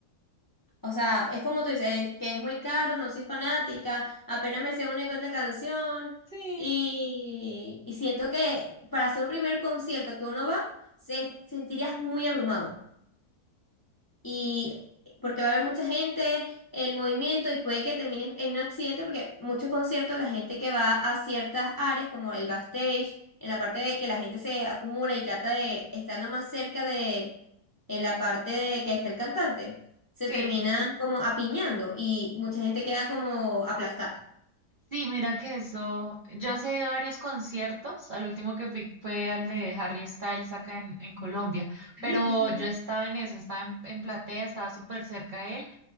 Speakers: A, on the left (about 25°); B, on the right (about 80°).
A: O sea, es como tú dices, que es muy caro, no soy fanática, apenas me sé una que otra canción
B: Sí.
A: y, y siento que para hacer un primer concierto que uno va, se, sentirías muy abrumado. y porque va a haber mucha gente, el movimiento y puede que termine en un accidente porque muchos conciertos la gente que va a ciertas áreas como el backstage, en la parte de que la gente se acumula y trata de estar lo más cerca de en la parte de que está el cantante, se
B: Sí,
A: termina como apiñando y mucha gente queda como aplastada.
B: sí, mira que eso. Yo sí he ido a varios conciertos. Al último que fui fue al de Harry Styles acá en, en Colombia. Pero
A: Ay, qué genial.
B: yo estaba en eso, estaba en, en platea, estaba súper cerca de él.